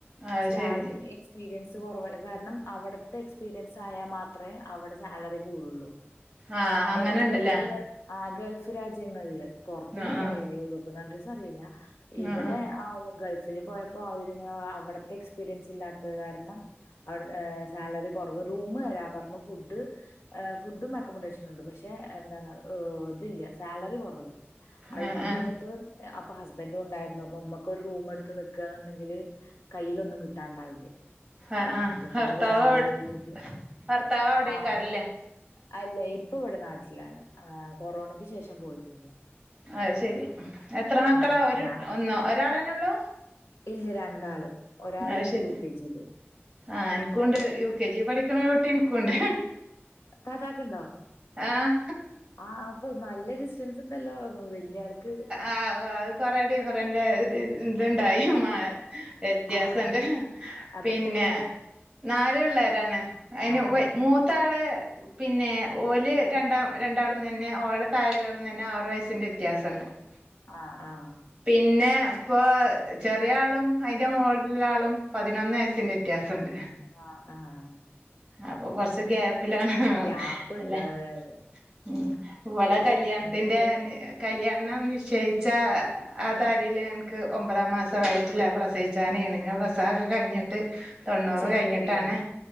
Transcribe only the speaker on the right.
അത്
ശരി
ആഹ് അങ്ങനെ
ഇണ്ട്ല്ലേ
ആഹ്
ആഹ് ആഹ്
ആഹ് ആഹ്
ആഹ്
ആഹ്
ഭർത്താവ്
ഭർത്താവ് അവിടെക്കാരല്ലേ
അഹ് ശെരി എത്ര മക്കളാ
ഒര്
ഒന്നോ ഒരാളെന്നെ ഒള്ളൂ
അത്
ശരി
ആഹ് ഇൻക്കൂണ്ട് യു കെ ജി പഠിക്കുണോരുട്ടി ഇൻക്കുണ്ട്
ആഹ്
ആഹ അത് കൊറെ ഡിഫറന്റ് ഇ ഇത്ണ്ടായി മാ വ്യത്യാസംണ്ട്
പിന്നെ
നാല് പിള്ളേരാണ് അയ്ന്
മൂത്താള് പിന്നെ ഓല് രണ്ടാം രണ്ടാളും തന്നെ ഓളെത്താഴെള്ളതും തന്നെ ആറ് വയസ്സിൻ്റെ വ്യത്യാസണ്ട് <inaudible>
പിന്നെ ഇപ്പൊ ചെറിയ ആളും അയ്ന്റെ മോളില് ഇള്ള ആളും പതിനൊന്ന് വയസ്സിന്റെ വ്യ ത്യാസണ്ട്
അപ്പോ കൊർച്ച് ഗ്യാ പ്പിലാണ്
അല്ലെ
ഉം ഇവളെ
കല്യാണ്ത്തിന്റെ
കല്ല്യാണം നിശ്ചയിച്ചാ ആ താരീല് എൻക്ക് ഒമ്പതാം മാസ വൈട്ടിലാ പ്രസയി ച്ചനെണ് ന്താൻ പ്രസവൊക്കെ കയ്ഞ്ഞിട്ട് തൊണ്ണൂറ്
കഴിഞ്ഞിട്ടാണ്